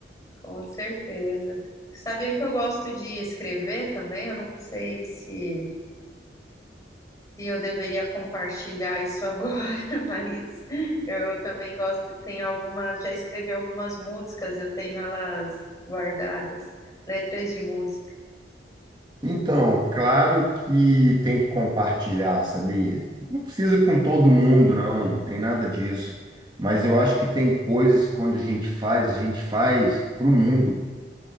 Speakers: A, on the left; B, on the right.
A: Com certeza. Sabia que eu gosto de escrever também? Eu não sei se, se eu deveria compartilhar isso agora, <laughs> mas eu também gosto. tem algumas, já escrevi algumas músicas, eu tenho elas guardadas, letras de música.
B: Então, claro que tem que compartilhar, sabia? Não precisa com todo mundo, não, não tem nada disso. Mas eu acho que tem coisas que quando a gente faz, a gente faz para o mundo.